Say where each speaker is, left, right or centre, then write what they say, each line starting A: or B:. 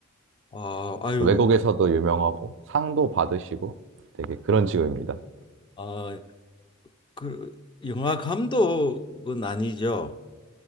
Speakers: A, on the left; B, on the right.
A: 아, 아유.
B: 외국에서도 유명하고 상도 받으시고 되게 그런 직업입니다.
A: 아, 그 영화 감독은 아니죠.